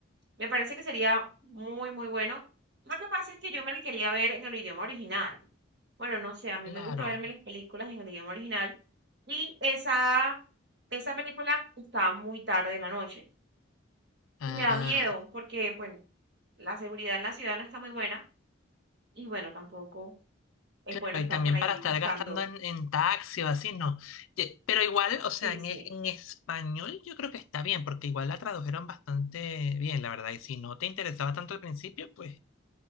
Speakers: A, on the right; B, on the left.
A: Me parece que sería muy, muy bueno. Lo que pasa es que yo me la quería ver en el idioma original. Bueno, no sé, a mí
B: Claro.
A: me gusta verme las películas en el idioma original. Y esa, esa película está muy tarde de la noche.
B: Ah,
A: Y me da miedo porque, bueno, la seguridad en la ciudad no está muy buena. Y bueno, tampoco es
B: Claro,
A: bueno estar
B: y también
A: por allí
B: para estar
A: buscando.
B: gastando en, en taxi o así, no. Ye- Pero igual, o
A: Sí,
B: sea, en,
A: sí.
B: e- en español yo creo que está bien, porque igual la tradujeron bastante bien, la verdad. Y si no te interesaba tanto al principio, pues